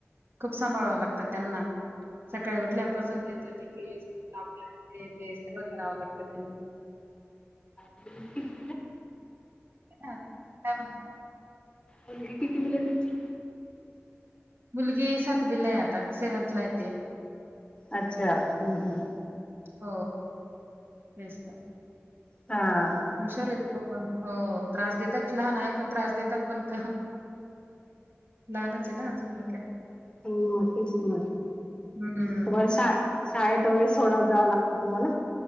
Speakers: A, on the right; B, on the left.
A: खूप सांभाळव लागतं त्यांना सकाळी उठल्यापासून त्यांच टिक ते सगळं करावं लागतं त्यां
B: ह <unintelligible>
A: अ का <unintelligible>
B: अ हे किती मुलं आहेत तुमची
A: मुलगी सातवीला आहे आता सेव्हनथला आहे ती
B: अच्छा हम् हम्
A: हो तेच ते
B: हां
A: हुशार आहेत पण हो त्रास देतात लहान आहे पण त्रास देतात पण क लहानच आहे ना अजून मग काय
B: हो तेच ह
A: हं,
B: हदोन सा शाळेत वगैरे सोडाय जावं लागतं तुम्हाला